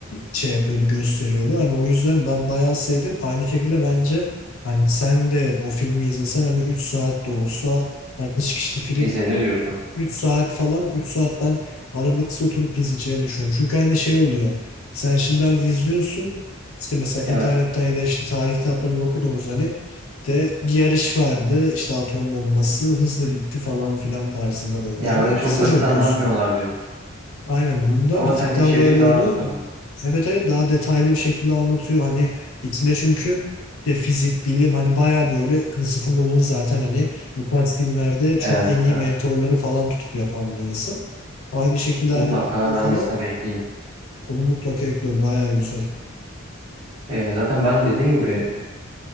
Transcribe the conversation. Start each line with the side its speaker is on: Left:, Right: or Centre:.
Left: şey yapıyordu, gösteriyordu. Hani o yüzden ben bayağı sevdim. Aynı şekilde bence hani sen de o filmi izlesen hani 3 saat de olsa 60 kişilik film
Right: İzlenir diyorsun.
Left: 3 saat falan 3 saat ben aralıksız oturup izleyeceğini düşünüyorum. Çünkü hani şey oluyor. Sen şimdi hani izliyorsun işte mesela
Right: Evet.
Left: internetten ya da işte tarih kitaplarını okuduğumuz hani de bir yarış vardı işte atom bombası hızlı bitti falan filan tarzında böyle
Right: Ya
Left: hani
Right: öyle çok
Left: kısaca
Right: basit
Left: okuyorsun.
Right: anlatmıyorlar diyorsun.
Left: Aynen bunda
Right: Ama
Left: bir
Right: sen
Left: tık
Right: içeriği
Left: daha böyle
Right: daha
Left: onu
Right: da tabii.
Left: evet evet daha detaylı bir şekilde anlatıyor. Hani içine çünkü de fizik, bilim hani bayağı böyle Christopher Nolan zaten hani bu tarz filmlerde çok
Right: Evet,
Left: en iyi
Right: evet.
Left: mentorları falan tutup yapan bir insan. Aynı şekilde hani
Right: Mutlaka
Left: gidiyor
Right: ben
Left: falan
Right: listeme ekleyeyim.
Left: onu mutlaka ekliyor. Bayağı güzel.
Right: Ee, zaten ben dediğin gibi